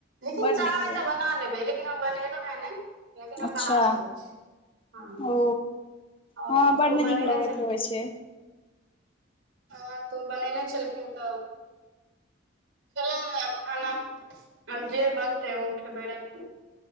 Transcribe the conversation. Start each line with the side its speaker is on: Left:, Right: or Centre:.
Right: लेकिन
Left: बड्ड
Right: चाहबै
Left: नीक लगैत
Right: तऽ बना
Left: छै
Right: लेबै, लेकिन हम बनेलहु है ने। लेकिन
Left: अच्छा
Right: हम बना सकै छी हं।
Left: ओ
Right: और
Left: हँ बड्ड
Right: उ बनेने
Left: नीक लगैत
Right: छलखिन।
Left: रहै छै।
Right: हँ तऽ बनेने छलखिन तऽ। खेलौ है हम खाना, आब जे बनते ओ खेबै रातिमें।